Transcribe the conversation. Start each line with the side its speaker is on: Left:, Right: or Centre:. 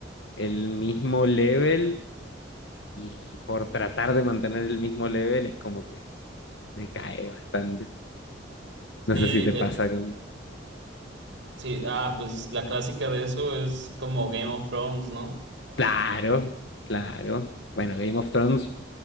Left: el mismo level y por tratar de mantener el mismo level es como que decae bastante.
Right: sí,
Left: No sé si te
Right: eh,
Left: pasa con...
Right: sí. Ah, pues la clásica de eso es como Game of Thrones, ¿no?
Left: Claro, claro. Bueno, Game of Thrones